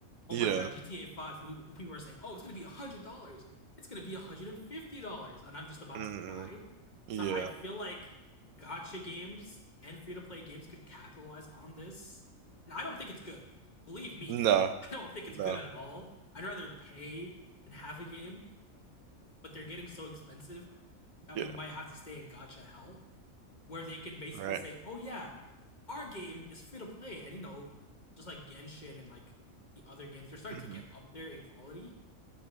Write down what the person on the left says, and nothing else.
oh
my god, GTA 5, who, who people are saying, oh, it's going to be $100. It's going to be $150. And I'm just about
to cry.
So I feel like gotcha games and free to play games could capitalize on this. And I don't think it's good. Believe me,
<laughs> I don't think it's
good at all. I'd rather pay and have a game, but they're getting so expensive that
we might have to stay in gotcha hell where they can basically
say, oh yeah, our game is free to play, and you know, just like Genshin and like the other games, they're starting
to get up there in quality.